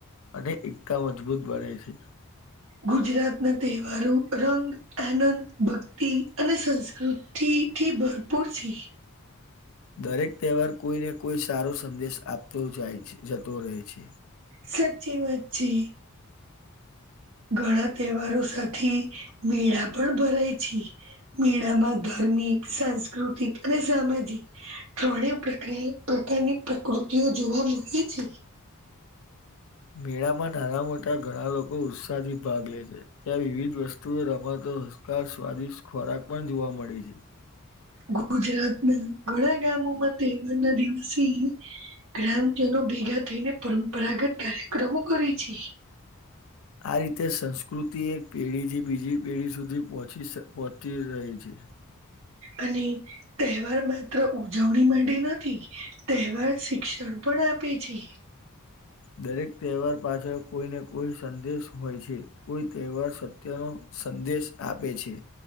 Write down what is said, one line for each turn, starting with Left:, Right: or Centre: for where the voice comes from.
Left: અને એકતા મજબૂત બને છે
Right: ગુજરાતના તહેવારો રંગ, આનંદ, ભક્તિ અને સંસ્કૃ થીથી ભરપૂરથી
Left: દરેક તહેવાર કોઈને કોઈ સારો સંદેશ આપતો જાય જતો રહે છે
Right: સાચી વાત છે ઘણા તહેવારો સાથી મેળા પણ ભરાય છે મેળામાં ધાર્મિક, સાંસ્કૃતિક અને સામાજિક ત્રણે પ્રકિયા પ્રકારની પ્રકૃતિઓ જોવા મળે છે
Left: મેળામાં નાના મોટા ઘણા લોકો ઉત્સાહથી ભાગ લે છે ત્યાં વિવિધ વસ્તુઓ રમાતો હસકા સ્વાદિષ્ટ ખોરાક પણ જોવા મળે છે
Right: ગુજરાત ના ઘણા ગામોમાં તહેવાર ના દિવસે ગ્રામજનો ભેગા થઈને પરંપરાગત કાર્યક્રમો કરે છે
Left: આ રીતે સંસ્કૃતિ એક પેઢી થી બીજી પેઢી સુધી પહચી સ પહોચી રહી છે
Right: અને તહેવાર માત્ર ઉજવણી માટે નથી તહેવાર શિક્ષણ પણ આપે છે
Left: દરેક તહેવાર પાછળ કોઈને કોઈ સંદેશ હોય છે કોઈ તહેવાર સત્યનો સંદેશ આપે છે